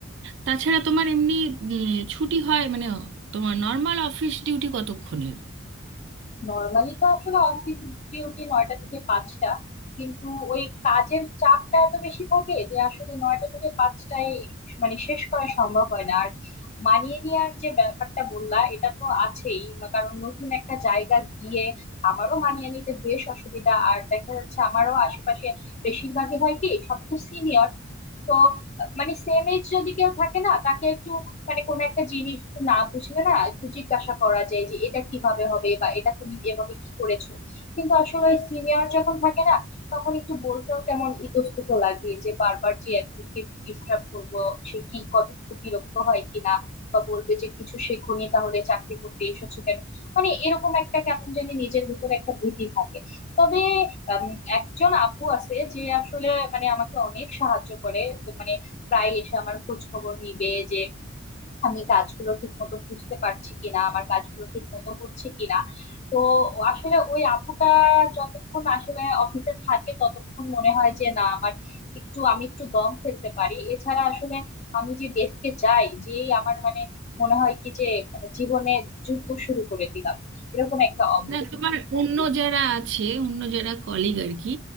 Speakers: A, on the right; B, on the left.
A: তাছাড়া তোমার এমনি উম, ছুটি হয় মানে তোমার নর্মাল অফিস ডিউটি কতক্ষণের
B: নর্মালি তো আসলে অফিস ডিউটি নয়টা থেকে পাঁচটা কিন্তু ওই কাজের চাপটা এত বেশি থাকে যে আসলে নয়টা থেকে পাঁচটায় মানে শেষ করা সম্ভব হয় না আর মানিয়ে নেওয়ার যে ব্যাপারটা বললা এটা তো আছেই মা- কারণ নতুন একটা জায়গা গিয়ে আমারও মানিয়ে নিতে বেশ অসুবিধা আর দেখা যাচ্ছে আমারও আশেপাশে বেশিরভাগই হয় কি সব তো সিনিয়র তো মানে সেম এজ যদি কেউ থাকে না তাকে একটু মানে কোনো একটা জিনিস একটু না বুঝলে না একটু জিজ্ঞাসা করা যায় যে এটা কিভাবে হবে বা এটা তুমি এভাবে কি করেছো কিন্তু আসলে সিনিয়র যখন থাকে না তখন একটু বলতেও কেমন ইতস্তত লাগে যে বারবার যে একজনকে ডিস্টার্ব করবো সে কি কতটুকু বিরক্ত হয় কিনা বা বলবে যে কিছু শেখোনি তাহলে চাকরি করতে এসেছো কেন মানে এরকম একটা কেমন জানি নিজের ভিতরে একটা ভীতি থাকে তবে আম, একজন আপু আছে যে আসলে মানে আমাকে অনেক সাহায্য করে মানে প্রায় এসে আমার খোঁজ খবর নিবে যে আমি কাজগুলো ঠিক মতো বুঝতে পারছি কিনা আমার কাজগুলো ঠিক মতো হচ্ছে কিনা তো আসলে ওই আপুটা যতক্ষণ আসলে অফিসে থাকে ততক্ষণ মনে হয় যে না আমার একটু আমি একটু দম ফেলতে পারি এছাড়া আসলে আমি যে ডেস্কে যাই যেই আমার মানে মনে হয় কি যে মানে জীবনে যুদ্ধ শুরু করে দিলাম এরকম একটা অবস্থা
A: না তোমার অন্য যারা আছে অন্য যারা কলিগ আর কি